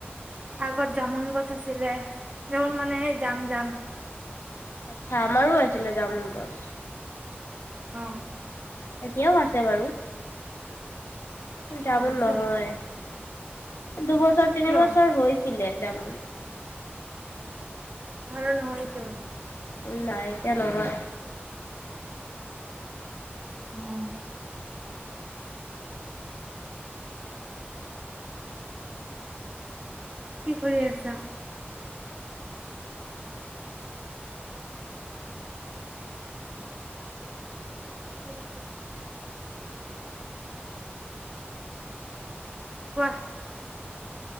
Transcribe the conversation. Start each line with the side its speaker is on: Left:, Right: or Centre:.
Right: আগত জামুন গছ আছিলে মানে সেই জাম জাম।
Left: আচ্ছা আমাৰো আছিলে জামুন গছ।।
Right: অঁ।
Left: এতিয়াও আছে বাৰু। জামুুন
Right: অ আছে
Left: নহয়। দুবছৰ তিনিবছৰ
Right: কিয়
Left: হৈছিলে জামুন,
Right: আৰু নহয় কিয়?
Left: নাই এতিয়া নহয়,
Right: উম। কি কৰি আছা? <unintelligible> কোৱা,